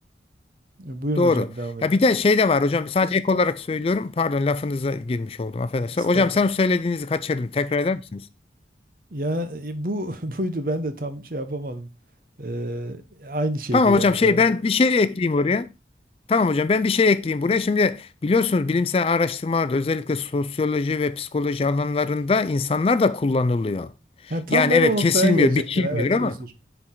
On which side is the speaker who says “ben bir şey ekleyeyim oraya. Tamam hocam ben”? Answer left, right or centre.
Left